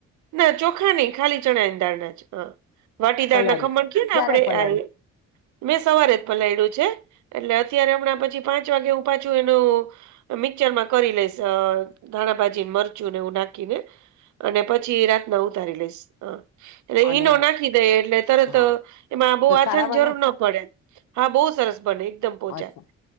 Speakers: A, on the right; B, on the left.
A: ના ચોખા નહી ખાલી ચણા દારના જ વાટીદારના
B: પલાળી
A: ખમણ છે ને
B: ક્યારે
A: આપડણે
B: પલાળી
A: આ મેં સવારે જ પલાયડુ છે, એટલે અત્યારે હમણાં પછી પાંચ વાગે હું પાછું એનું મિક્ચરમાં કરી લઈશ અ ધાણાભાજી મરચું નેવું નાખીને અને પછી રાતના ઉતારી લઈશ હ ઈનો
B: અને
A: નાખી દઈ એટલે તરત
B: હા
A: એમાં બો
B: તો
A: આછન
B: સારા બને
A: જરૂર ના પડે હા બો સરસ બને એકદમ પોચા
B: અચ્છા